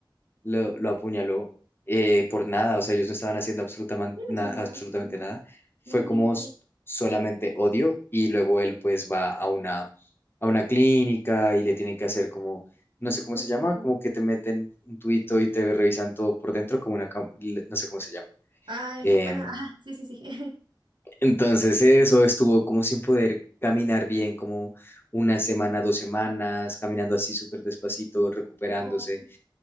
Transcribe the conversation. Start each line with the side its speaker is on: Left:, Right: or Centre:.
Left: lo, lo apuñaló eh, por nada, o sea, ellos no estaban haciendo absolutamente,
Right: me
Left: absolutamente
Right: suena, No,
Left: nada, fue
Right: no mientes.
Left: como s- solamente odio y luego él pues va a una, a una clínica y le tienen que hacer como, no sé cómo
Right: Coraje.
Left: se llama, como que te meten un tubito y te revisan todo por dentro como una, cam- l- no sé cómo se llama.
Right: Ay,
Left: Em,
Right: bueno, ajá, sí, sí, sí. <laughs>
Left: entonces eso estuvo como sin poder caminar bien, como una semana, dos semanas, caminando así súper despacito, recuperándose.
Right: O-